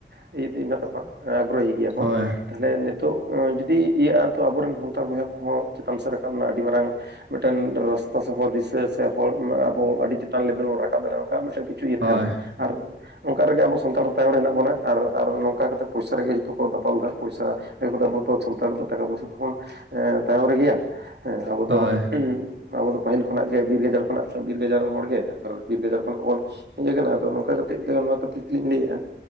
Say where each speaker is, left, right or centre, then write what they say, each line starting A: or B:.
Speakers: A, on the right (about 65°); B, on the right (about 85°).
A: ᱤᱫ ᱦᱮᱱᱟᱜ ᱛᱟᱠᱚᱣᱟ ᱟᱜᱽᱨᱚᱦᱤ ᱜᱮᱭᱟ ᱠᱚ,
B: ᱦᱳᱭ
A: ᱛᱟᱦᱚᱞᱮ ᱱᱤᱛᱚᱜ ᱡᱩᱫᱤ ᱤᱭᱟᱹᱜᱼᱟ ᱛᱚ ᱟᱵᱚᱨᱮᱱ ᱥᱟᱱᱛᱟᱲ ᱵᱚᱭᱦᱟ ᱠᱚᱦᱚᱸ ᱪᱮᱛᱟᱱ ᱥᱮᱫ ᱨᱟᱠᱟᱵ ᱨᱮᱱᱟᱜ ᱟᱹᱰᱤ ᱢᱟᱨᱟᱝ ᱢᱤᱫᱴᱮᱱ ᱨᱟᱥᱛᱟ ᱥᱮ ᱦᱚᱨ ᱫᱤᱥᱟᱹ ᱥᱮ ᱦᱚᱲ ᱚᱱᱟ ᱟᱵᱚ ᱟᱹᱰᱤ ᱪᱮᱛᱟᱱ ᱞᱮᱵᱮᱞ ᱵᱚᱱ ᱨᱟᱠᱟᱵ ᱫᱟᱲᱮᱣᱟᱠᱟᱜᱼᱟ ᱾ ᱠᱤᱪᱷᱩ ᱤᱭᱟᱹ ᱛᱟᱦᱮᱱᱟ
B: ᱦᱳᱭ
A: ᱟᱨ ᱚᱝᱠᱟ ᱨᱮᱜᱮ ᱟᱵᱚ ᱥᱟᱱᱛᱟᱲ ᱫᱚ ᱛᱟᱭᱚᱢ ᱨᱮ ᱦᱮᱱᱟᱜ ᱵᱚᱱᱟ ᱟᱨ ᱟᱨ ᱱᱚᱝᱠᱟ ᱠᱟᱛᱮᱜ ᱯᱚᱭᱥᱟᱹ ᱨᱮᱜᱮ ᱡᱚᱛᱚ ᱠᱚ ᱫᱟᱯᱟᱞᱫᱟ ᱯᱚᱭᱥᱟᱹ ᱮᱵᱚ ᱫᱚ ᱟᱵᱚᱫᱚ ᱥᱟᱱᱛᱟᱲ ᱫᱚ ᱴᱟᱠᱟ ᱯᱚᱭᱥᱟᱹ ᱛᱮᱵᱚᱱ ᱮᱸ ᱛᱟᱭᱚᱢ ᱨᱮᱜᱮᱭᱟ ᱦᱮᱸ ᱟᱵᱚ ᱫᱚ
B: ᱦᱳᱭ
A: ᱟᱵᱚ ᱫᱚ ᱯᱟᱹᱦᱤᱞ ᱠᱷᱚᱱᱟᱜ ᱜᱮ ᱵᱤᱨ ᱜᱟᱡᱟᱲ ᱠᱷᱚᱱᱟᱜ ᱵᱤᱨ ᱜᱟᱡᱟᱲ ᱨᱮᱱ ᱦᱚᱲᱜᱮ ᱟᱨ ᱵᱤᱨ ᱜᱟᱡᱟᱲ ᱠᱷᱚᱱᱟᱜ ᱵᱚᱱ ᱦᱮᱡ ᱟᱠᱟᱱᱟ ᱟᱫᱚ ᱱᱚᱝᱠᱟ ᱠᱟᱛᱮᱜ ᱛᱮᱜᱮ ᱱᱚᱣᱟ ᱠᱷᱟᱹᱛᱤᱨ ᱛᱤᱞᱤᱧ ᱞᱮᱭᱮᱜᱼᱟ